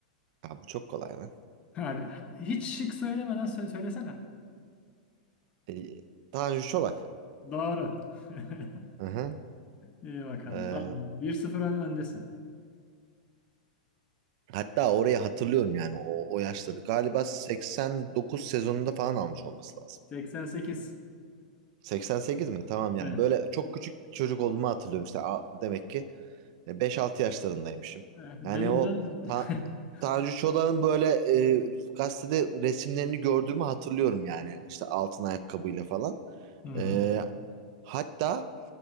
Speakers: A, on the right (about 50°); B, on the left (about 25°).
A: Ya bu çok kolay lan.
B: <laughs> Hadi hiç şık söylemeden sö- söylesene.
A: E, Tanju Çolak.
B: Doğru. <laughs>
A: Hı hı.
B: İyi bakalım.
A: E,
B: Tamam. Bir sıfır ön- öndesin.
A: hatta orayı hatırlıyorum yani o, o yaşları. Galiba 89 sezonunda falan almış olması lazım.
B: 88.
A: 88 mi? Tamam yani.
B: Evet.
A: Böyle çok küçük bir çocuk olduğumu hatırlıyorum işte. A- Demek ki e, beş altı yaşlarındaymışım.
B: Evet. Benim
A: Yani o
B: de
A: Ta
B: <laughs>
A: Tanju Çolak'ın böyle e, gazetede resimlerini gördüğümü hatırlıyorum yani. İşte altın ayakkabıyla falan.
B: Hı hı.
A: E, hatta